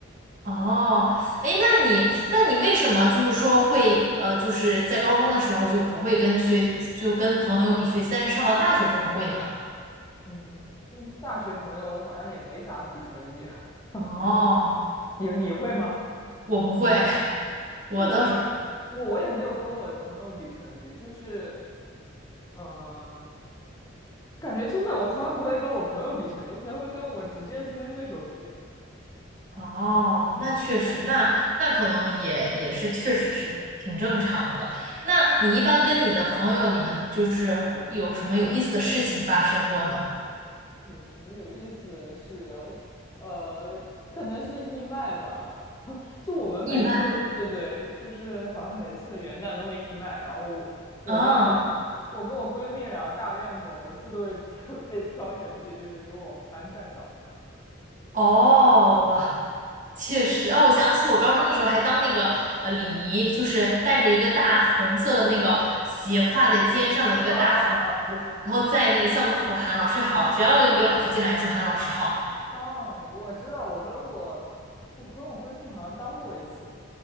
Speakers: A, on the right (about 40°); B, on the left (about 15°).
A: 哦，哎，那你，那你为什么就是说会呃，就是在高中的时候就不会跟学，就跟朋友比学习，但是上了大学之后会呢？
B: 嗯，嗯大学朋友我好像也没咋比成绩。<laughs>
A: 哦，
B: 你你会吗？
A: 我不会，<laughs> 我倒是不。
B: 对我，我我也没有跟我的朋友比成绩，就是，嗯、感觉真的我从来不会跟我朋友比成绩，我可能会跟我直接的竞争对手比。
A: 哦，那确实，那那可能也也是，确实是挺正常的。那你一般跟你的朋友，你们就是会有什么有意思的事情发生过呢？
B: 有什么有意思的事哦？呃，可能是义卖吧。<laughs> 就我们每次，
A: 意外。
B: 对对，就是好像每次元旦都会义卖，然后我我跟我我跟我闺蜜两个大怨种，
A: 啊，
B: 每次都会挑 <laughs> 被挑选去，就是给我们班站岗这样。
A: 哦，哇。确实，哦，我想起我高中的时候还当那个呃礼仪，就是带着一个大红色的那个斜挎在肩上的一个大横幅，
B: 啊啊
A: 然后在那个校门口喊老师好，只要一个老师进来就喊老师好。
B: 哦，我知道，我跟我我跟我闺蜜好像当过一次，